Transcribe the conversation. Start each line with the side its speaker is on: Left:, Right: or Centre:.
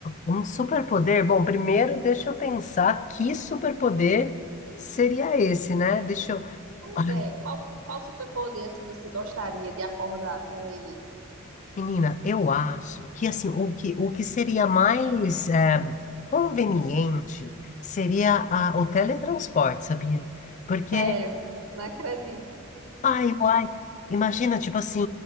Left: um superpoder, bom, primeiro deixa eu pensar que superpoder seria esse, né? Deixa eu,
Right: Pois
Left: ai,
Right: é, qual, qual superpoder assim você gostaria de acordar com ele?
Left: menina, eu acho que assim, o que, o que seria mais eh, conveniente seria a- o teletransporte, sabia? Porque
Right: Sério, não acredito.
Left: Ai, uai. Imagina, tipo assim,